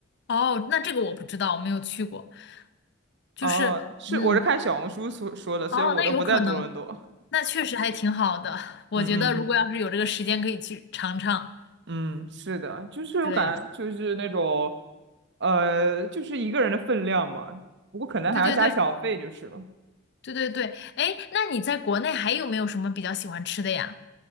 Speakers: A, on the left; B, on the right.
A: 哦，那这个我不知道，我没有去过。就是，
B: 哦，是我是看小红书所说的，
A: 嗯，
B: 虽然我都不在多伦多。
A: 哦，那有可能，那确实还挺好的。我觉得如果要是有这个时间，
B: <laughs> 嗯嗯。
A: 可以去尝尝。
B: 嗯，是的，就是我感觉就是那种，
A: 对，
B: 呃，就是一个人的分量嘛，不过可能还要加小费就是了。
A: 对对对对对对。哎，那你在国内还有没有什么比较喜欢吃的呀？